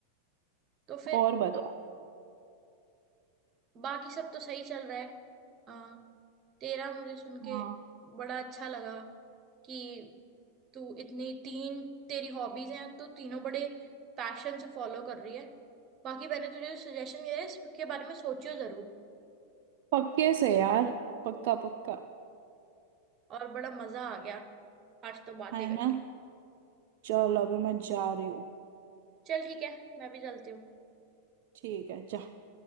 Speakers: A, on the right; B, on the right.
A: तो फिर
B: और तो बता
A: बाकी सब तो सही चल रहा है आ, तेरा मुझे सुन
B: हाँ
A: के बड़ा अच्छा लगा कि तू इतनी तीन तेरी हॉबीज हैं तो तीनों बड़े पैशन से फॉलो कर रही है बाकी मैंने तुझे सजेशन दिया है इसके बारे में सोचियो जरूर
B: पक्के से यार पक्का पक्का
A: और बड़ा मजा आ गया आज तो बातें
B: है
A: करके
B: ना चलो अभी मैं जा रही हूँ
A: चल ठीक है मैं भी चलती हूँ
B: ठीक है जा।